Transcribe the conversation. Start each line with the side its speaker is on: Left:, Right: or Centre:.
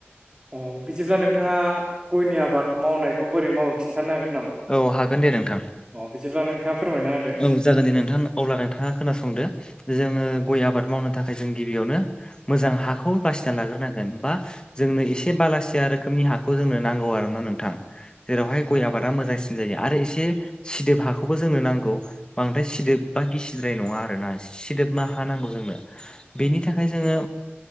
Right: अ बिदिब्ला नोंथाङा गयनि आबाद मावनायखौ बोरै माव खिन्थानो हागोन नामा?
Left: औ हागोन दे नोंथां
Right: अ बिदिब्ला नोंथाङा फोरमायना होदो
Left: औ जागोन दे नोंथां अब्ला नोंथाङा खोनासंदो जोङो गय आबाद मावनो थाखाय जों गिबियावनो मोजां हाखौ बासिना लाग्रोनांगोन बा जोंनो एसे बालासिया रोखोमनि हा खौ जोंनो नांगौ आरोना नोंथां जेरावहाय गय आबादा मोजांसिन जायो आरो एसे सिदोब हाखौबो जोंनो नांगौ बांद्राय सिदोब बा गिसिद्राय नङा आरोना सिदोब हा नांगौ जोंनो बेनि थाखाय जोङो